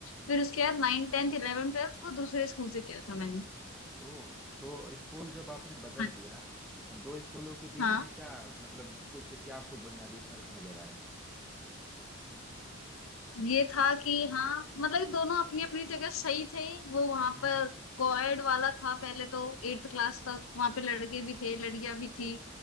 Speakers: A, on the left; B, in the centre.
A: फिर उसके बाद नाइन टेंथ इलेवन ट्वेल्थ को दूसरे स्कूल से किया था मैंने
B: ओह तो स्कूल जब आपने बदल
A: हाँ
B: दिया दो स्कूलों के बीच
A: हाँ,
B: में क्या मतलब कुछ क्या आपको बुनियादी फर्क नजर आए
A: ये था कि हाँ मतलब कि दोनों अपनी अपनी जगह सही थे वो वहां
B: हम्म
A: पर कोएड वाला था पहले तो एट्थ क्लास
B: हम्म।
A: तक वहां पे लड़के भी थे लड़कियां भी थी